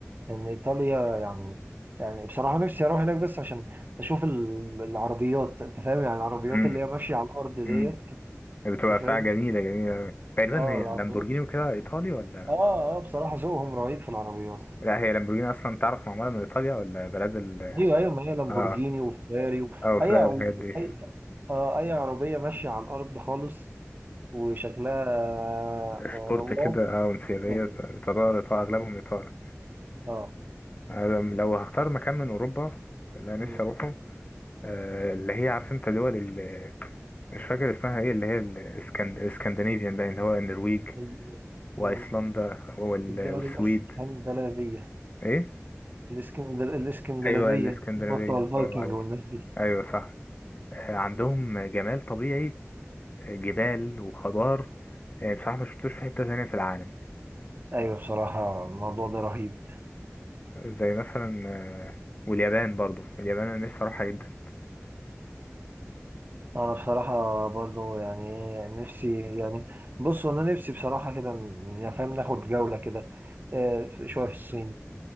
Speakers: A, on the right (about 40°); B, on the left (about 30°).
A: لان ايطاليا يعني يعني بصراحه نفسي اروح هناك بس عشان اشوف ال- العربيات انت فاهم يعني العربيات
B: مم.
A: اللي هي ماشيه على الارض ديت
B: مم. بتبقى
A: انت فاهم
B: فيها جميلة جميلة تقريبا
A: اه
B: هي
A: العربيات
B: لامبورجيني وكده إيطالي ولا
A: اه اه بصراحه ذوقهم رهيب في العربيات
B: لا هي لامبورجيني أصلا تعرف معمولة من إيطاليا ولا بلاد ال
A: ايوه ايوه ما هي لامبورجيني
B: آه
A: وفيراري و...
B: او فلان
A: اي
B: الحاجات دي
A: اي آه اي عربيه ماشيه على الارض خالص وشكلها آه واو
B: سبورت كده او انسيابية
A: غالية.
B: ايطالي ايطالي اغلبهم ايطالي
A: اه
B: أنا لو هختار مكان من اوروبا اللي انا
A: م-
B: نفسي اروحه آه، اللي هي عارف انت دول ال- مش فاكر اسمها ايه اللي هي الاسكندنافيان باين اللي هو النرويج
A: ال-
B: وايسلندا
A: م-
B: وال-
A: الدول
B: والسويد
A: الاسكندنافيه
B: ايه
A: الاسكندر الاسكندنافيه
B: ايوه الاسكندنافيه
A: هم بتوع الفايكنج
B: برافو عليك
A: والناس دي
B: ايوه صح آه، عندهم جمال طبيعي آه، جبال وخضار آه، بصراحه ما شفتوش في حته ثانيه في العالم
A: ايوه بصراحه الموضوع ده رهيب
B: زي مثلا آه، واليابان برضو اليابان انا نفسي اروحها جدا
A: انا بصراحه برضو يعني إيه، نفسي يعني بصوا انا نفسي بصراحه كده ن- يعني فاهم ناخد جوله كده آه، شويه في الصين